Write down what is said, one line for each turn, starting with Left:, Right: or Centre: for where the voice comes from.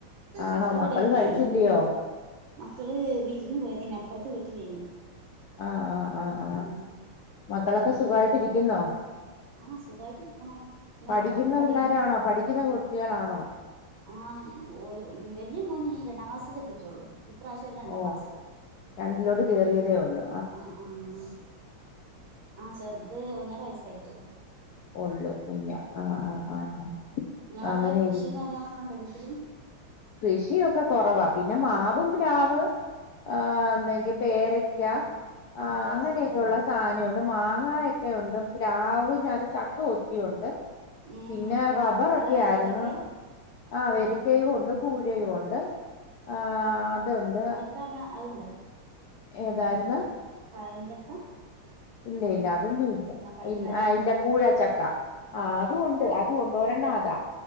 Left: ആണോ
Right: മക്കള് ഇവ്ടല്ലേനി
Left: കഴിച്ചില്ലയോ
Right: മക്കള് വിരുന്ന് പോയതേനി അപ്പറത്തെ വീട്ടിലേനി.
Left: ആഹ് ആഹ് ആഹ് ആഹ്
Right: ഉം
Left: മക്കളൊക്കെ
Right: അവിടുന്ന് വന്നിട്ട്
Left: സുഖായിട്ട്
Right: വേണം
Left: രിക്കുന്നോ?
Right: ആഹ് സുഖായിട്ട് ഇരിക്കണു ഇന്നൊരു
Left: പഠിക്ന്ന
Right: പരിപാടിയുണ്ട്
Left: പിള്ളോരാണോ പഠിക്കുന്ന കുട്ടികളാണോ?
Right: ആഹ് ഒരു വലിയ മോന് രണ്ടാം ക്ലാസ്ൽ എത്തിയിട്ടുള്ളൂ ഇപ്രാവശ്യം രണ്ടാം
Left: ഓ
Right: ക്ലാസ്ക്ക്
Left: രണ്ടിലോട്ട് കേറിയതേ ഉള്ളോ?
Right: അഹ് ആഹ് ആഹ് ചെർത് ഒന്നര വയസ്സായിറ്റൊള്ളൂ
Left: ഒള്ളൂ കുഞ്ഞാ ആഹ് ആഹ് ആഹ് ആഹ്
Right: നിങ്ങളവിടെ
Left: അങ്ങനെയിരിക്കും
Right: കൃഷിയും കാര്യങ്ങളൊക്കെ ഉണ്ടോ വീട്ടില്
Left: കൃഷിയൊക്കെ കൊറവാ പിന്നെ മാവും പ്ലാവ് ആഹ് ഒന്നെങ്കി പേരക്ക ആഹ്
Right: പേരക്കൊക്കെ
Left: അങ്ങനെയൊക്കെ
Right: ഉണ്ടോ
Left: ഉള്ള സാനെ ണ്ട് മാങ്ങായൊക്കെയുണ്ട് പിലാവിന്റകത്ത് ചക്ക ഒത്തിരിയുണ്ട്
Right: ഉം
Left: പിന്നെ റബ്ബറ്
Right: നല്ല
Left: ഒക്കെയാരുന്നു
Right: വരിക്കച്ചക്കെ
Left: ആഹ് വെരിക്കയും ഒണ്ട് കൂഴയും ഒണ്ട് ആഹ് അതൊണ്ട്
Right: ഇത്തവണ ആയില്ലേ?
Left: ഏതാരുന്നു-
Right: പയഞ്ചക്ക
Left: ഇല്ല ഇല്ല അതൊന്നും ഇല്ല
Right: പൈത്താല്
Left: ഇല്ല ആഹ് ഇല്ല കൂഴ ചക്ക ആഹ് അതും ഒണ്ട് അതും ഒണ്ട് ഒരെണ്ണം അതാ